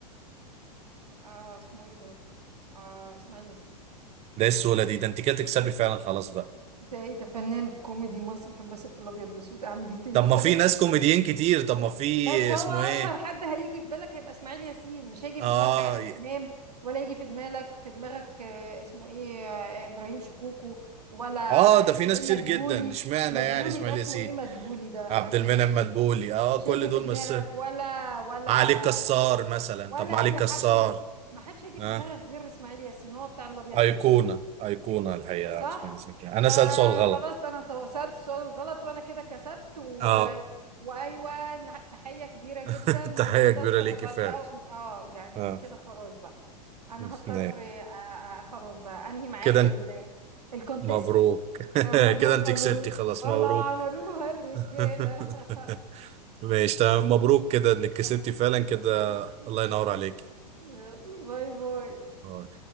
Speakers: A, on the right (about 75°); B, on the right (about 30°).
A: اه اسمه ايه ده اه اسماعيل ياسين
B: ده إيه السهوله دي ده انت كده تكسبي فعلا خلاص بقى
A: ده ايه ده فنان كوميدي مصري كان بس في الابيض واسود اعمل ايه تاني
B: طب ما
A: <laughs> خلاص
B: في ناس كوميديين كتير طب ما في
A: بس هو
B: اسمه
A: اشهر
B: ايه
A: حد هيجي في بالك هيبقى اسماعيل ياسين مش هيجي
B: اه
A: في دماغك عادل امام ولا يجي في دماغك في دماغك آه، اسمه ايه آه، ابراهيم شكوكو ولا
B: اه ده
A: اسمه
B: في ناس
A: ايه مدبولي
B: كتير جدا اشمعنى
A: مدبولي
B: يعني اسماعيل
A: ده اسمه
B: ياسين
A: ايه مدبولي ده
B: عبد
A: ما
B: المنعم
A: اسمه ايه
B: مدبولي اه
A: مش
B: كل
A: هيجي في
B: دول
A: دماغك
B: مس
A: ولا ولا
B: علي كسار مثلا
A: ولا
B: طب ما علي
A: اي
B: كسار
A: حد انت ما حدش هيجي
B: اه
A: في دماغك غير اسماعيل ياسين هو بتاع الابيض
B: ايقونه
A: واسود
B: ايقونه الحقيقه
A: صح
B: عبد اسماعيل ياسين انا
A: فخلاص
B: سالت سؤال غلط
A: انا تو- سألت السؤال الغلط وانا كده كسبت و...
B: اه
A: وايوه نه- تحية كبيرة جدا
B: <laughs>
A: للمنتصرة
B: تحيه كبيره ليكي
A: دعاء
B: فعلا
A: دي أو... اه يعني
B: اه
A: كده خلاص بقى انا
B: ماشي
A: هضطر آه، آه، آه، خلاص بقى انهي معاك
B: كده انت-
A: ال... الكونتيست
B: مبروك <laughs>
A: آه، مبروك
B: كده انت كسبتي
A: مبروك
B: خلاص
A: والله
B: مبروك
A: وعملوها الرجالة
B: <laughs>
A: <laughs>
B: ماشي تمام
A: يا
B: مبروك كده انك كسبتي
A: الله
B: فعلا
A: يبارك
B: كده
A: فيك.
B: الله ينور عليك
A: يلا باي باي
B: آه.